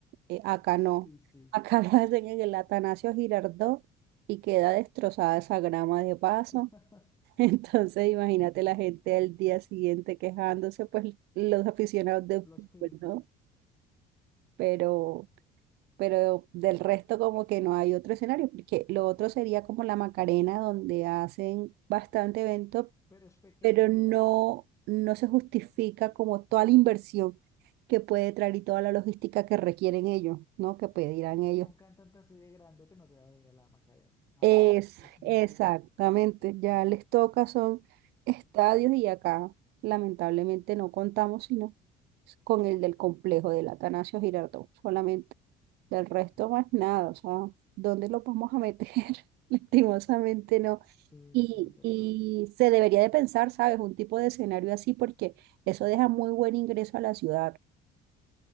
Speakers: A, on the right; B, on the left.
A: Eh, acá no.
B: Sí, sí,
A: Acá <laughs> lo hacen en el Atanasio Girardot y queda destrozada esa grama de paso.
B: <laughs>
A: <laughs> Entonces, imagínate la gente al día siguiente quejándose, pues los aficionados de
B: los
A: fútbol,
B: FIFAs,
A: ¿no? Pero, pero del resto como que no hay otro escenario, porque lo otro sería como la Macarena, donde hacen bastante evento
B: pero es pequeño.
A: pero no, no se justifica como toda la inversión que puede traer y toda la logística que requieren ellos, ¿no? Que pedirán ellos.
B: Sí, un cantante así de grandote no te va a venir a la Macarena, jamás.
A: Es
B: Es muy
A: exactamente,
B: pequeño.
A: ya les toca, son estadios y acá lamentablemente no contamos sino con el del complejo del Atanasio Girardot, solamente. Del resto más nada, o sea, ¿dónde lo vamos a meter? <laughs> Lastimosamente no.
B: Sí,
A: Y,
B: sí, es verdad.
A: y se debería de pensar, ¿sabes? Un tipo de escenario así porque eso deja muy buen ingreso a la ciudad.